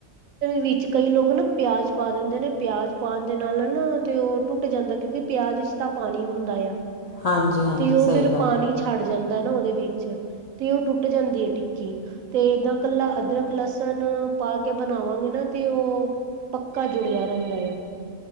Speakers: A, on the right; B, on the left.
A: ਵਿੱਚ ਕਈ ਲੋਕ ਨਾ ਪਿਆਜ ਪਾ ਦਿੰਦੇ ਨੇ ਪਿਆਜ ਪਾਉਣ ਦੇ ਨਾਲ ਨਾਲ ਨਾ ਤੇ ਉਹ ਟੁੱਟ ਜਾਂਦੇ ਕਿਉਂਕਿ ਪਿਆਜ ਚ ਤਾਂ ਪਾਣੀ ਹੁੰਦਾ ਆ
B: ਹਾਂਜੀ ਹਾਂਜੀ
A: ਤੇ ਉਹ
B: ਸਹੀ
A: ਫੇਰ
B: ਗੱਲ
A: ਪਾਣੀ ਛੱਡ ਜਾਂਦਾ ਨਾ ਉਹਦੇ ਵਿੱਚ ਤੇ ਉਹ ਟੁੱਟ ਜਾਂਦੀ ਹੈ ਟਿੱਕੀ ਤੇ ਏਦਾਂ ਕੱਲਾ ਅਦਰਕ ਲਸਣ ਪਾ ਕੇ ਬਣਾਵਾਂਗੇ ਨਾ ਤੇ ਉਹ ਪੱਕਾ ਜੁੜਿਆ ਰਹਿੰਦਾ ਆ